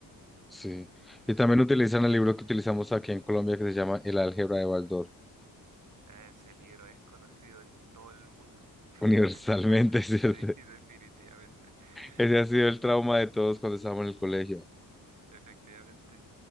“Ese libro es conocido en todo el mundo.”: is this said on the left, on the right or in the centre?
Right